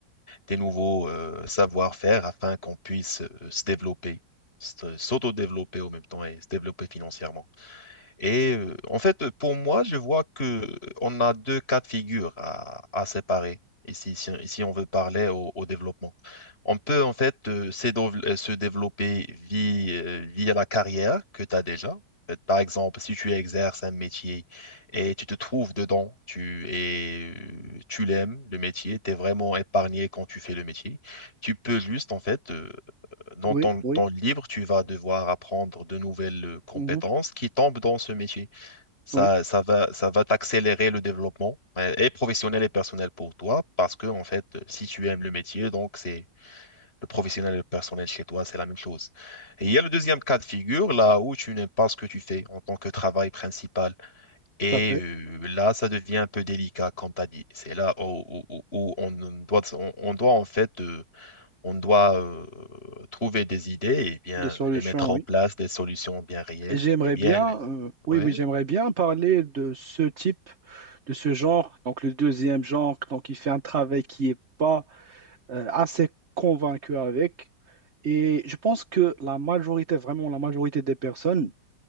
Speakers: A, on the left (about 30°); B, on the right (about 40°).
A: des nouveaux euh, savoir-faire afin qu'on puisse euh, se développer, s- s'auto-développer au même temps et se développer financièrement. Et euh, en fait, euh, pour moi, je vois que euh, on a deux cas de figure à, à séparer ici, si, si on veut parler au, au développement. On peut en fait euh, s'édo- euh, se développer vi- euh, via la carrière que tu as déjà. En fait, Par exemple, si tu exerces un métier et tu te trouves dedans, tu, et, euh, tu l'aimes, le métier, tu es vraiment épargné quand tu fais le métier, tu peux juste en fait euh, dans
B: Oui,
A: ton
B: oui,
A: temps libre, tu vas devoir apprendre de nouvelles euh, compétences
B: mhm,
A: qui tombent dans ce métier. Ça,
B: oui,
A: ça va, ça va t'accélérer le développement, euh, et professionnel et personnel pour toi, parce que, en fait, euh, si tu aimes le métier, donc c'est le professionnel et le personnel chez toi, c'est la même chose. Et il y a le deuxième cas de figure, là où tu n'aimes pas ce que tu fais en tant que travail principal. Et
B: tout à fait.
A: euh, là, ça devient un peu délicat, comme tu as dit. C'est là où, où- où- où on doit, on, on doit, en fait, euh, on doit euh, trouver des idées et bien
B: Des solutions,
A: les mettre en
B: oui.
A: place, des solutions bien réelles
B: J'aimerais
A: et bien.
B: bien,
A: les-
B: euh, oui,
A: Ouais.
B: oui, j'aimerais bien parler de ce type, de ce genre, donc le deuxième genre, donc il fait un travail qui est pas euh, assez convaincu avec. Et je pense que la majorité, vraiment la majorité des personnes,